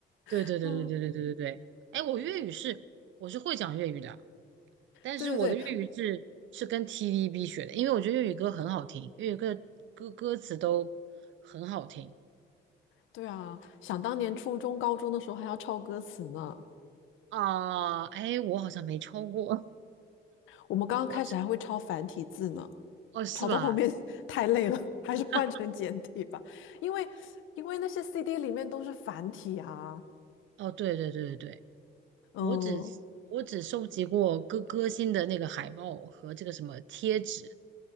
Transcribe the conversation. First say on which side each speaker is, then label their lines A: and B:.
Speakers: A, on the right; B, on the left.
A: 对对对对对对对对对。
B: <laughs> 嗯，
A: 哎，我粤语是我是会讲粤语的，但是我的粤语是是跟
B: 对对对，
A: TVB 学的，因为我觉得粤语歌很好听，粤语歌歌歌词都很好听
B: 对啊，想当年初中、高中的时候还要抄歌词呢，
A: 啊。哎，我好像没超过，
B: 我们刚刚开始还会抄繁体字呢，
A: 我只哦是吧？
B: 抄到后面 <laughs> 太累了，还是换成简体吧，
A: <laughs>
B: 因为因为那些 CD 里面都是繁体啊，
A: 哦，对对对对对，
B: 嗯，
A: 我只我只收集过歌歌星的那个海报和这个什么贴纸，